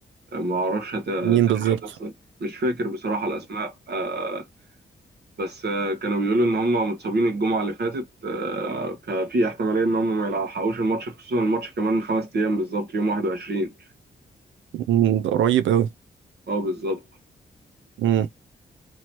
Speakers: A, on the right; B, on the right.
A: ما اعرفش هت- هتلحق
B: مين بالظبط
A: نفسها. مش فاكر بصراحه الاسماء آه، بس آه، كانوا بيقولوا ان هم متصابين الجمعه اللي فاتت آه، ففي احتماليه ان هم ما يلحقوش الماتش خصوصا الماتش كمان خمس ايام بالظبط يوم 21
B: مم، ده قريب أوي
A: اه بالظبط
B: مم.